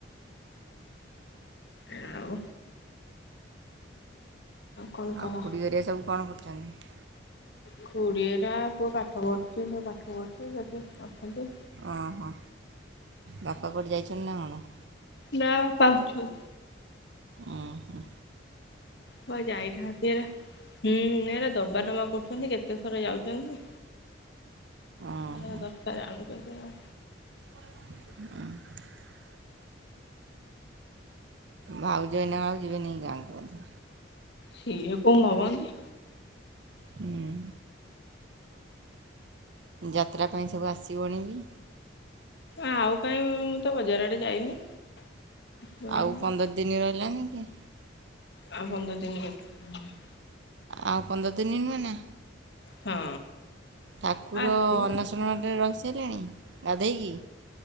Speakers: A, on the left (about 60°); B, on the right (about 70°).
A: ଆଉ? କଣ କହ?
B: ଆଉ ଖୁଡ଼ିଗରିଆ ସବୁ କଣ କରୁଛନ୍ତି?
A: ଖୁଡିଏରା ପୁଅ ପାଠ ପଢୁଛି ସେ ପାଠ କରୁଛି ସେଠି ଅଛନ୍ତି।
B: ଓହୋ ବାପା କୁଆଡେ଼ ଯାଇଛନ୍ତି ନା କଣ?
A: ନା ବାପା ଅଛନ୍ତି।
B: ଓହୋ।
A: କୁଆରେ ଯାଇଥାନ୍ତି ଏରା ହୁଁ ଏରା ଦବା ନବା କରୁଛନ୍ତି କେତେଥର ଯାଉଛନ୍ତି।
B: ଓହୋ
A: ଯାହା ଦରକାର୍ ଆଣୁଛନ୍ତି ଆଉ।
B: ହୁଁ। ଭାଉଜ ଏଇନେକା ଆଉ ଯିବେନେଇ ଗାଁକୁ ବୋଧେ?
A: ସିଏ କଉ ମଗନ୍ତି।
B: ହୁଁ। ଯାତ୍ରା ପାଇଁ ସବୁ ଆସିବଣିବି?
A: ଆଉ କାଇଁ ମୁଁ ତ ବଜାର ଆଡେ ଯାଇନି। ପୁଣି
B: ଆଉ ପନ୍ଦର ଦିନି ରହିଲାନି କି?
A: ଆଉ ପନ୍ଦର ଦିନ ଗୋଟେ <unintelligible>
B: ଆଉ ପନ୍ଦର ଦିନି ନୁହେଁ ନା?
A: ହଁ।
B: ଠାକୁର
A: ଆସିବ
B: ଅନସନରେ ରହି ସାରିଲେଣି ଗାଧେଇକି?